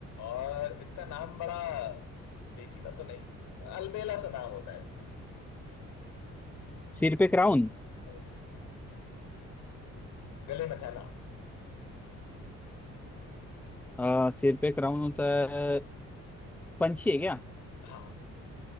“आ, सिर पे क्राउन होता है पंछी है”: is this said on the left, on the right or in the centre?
Centre